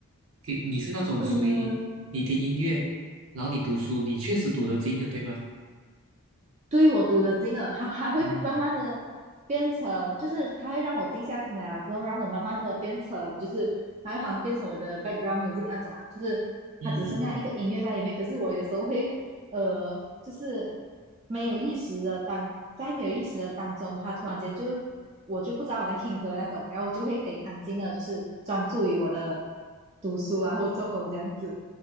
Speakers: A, on the right; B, on the right.
A: 给你是那种属于你听音乐，
B: 嗯，
A: 然后你读书，你确实读得进的，对吗？
B: 对我读的进了，它还会慢慢的变成，
A: 嗯
B: 就是它会让我静下心来了之后，让我慢慢的变成，就是它会好像变成我的 background music 那种啊，就是它只剩下一个音乐在里面。
A: 嗯嗯嗯。
B: 可是我有时候会，呃，就是没有意识的当在没有意识的当中，它突然间就我就不知道我在听歌那种，然后我就会可以安静的，就是专注于我的读书啊或者做工这样子。